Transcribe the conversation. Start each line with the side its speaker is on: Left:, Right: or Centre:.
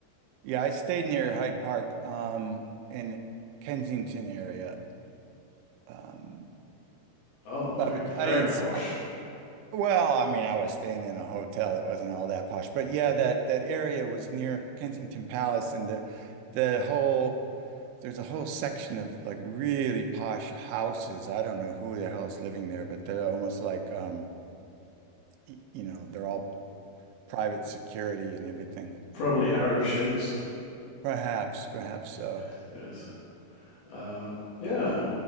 Right: Yeah, I stayed near Hyde Park um in Kensington area. Um
Left: Oh,
Right: but
Left: very very
Right: I didn't
Left: posh.
Right: Well, I mean, I was staying in a hotel that wasn't all that posh, but yeah, that that area was near Kensington Palace, and the the whole there's a whole section of like really posh houses. I don't know who the hell's living there, but they're almost like um, y- you know, they're all private security and everything.
Left: Probably Arab sheikhs.
Right: Perhaps, perhaps so.
Left: <laughs> yes. Um, yeah.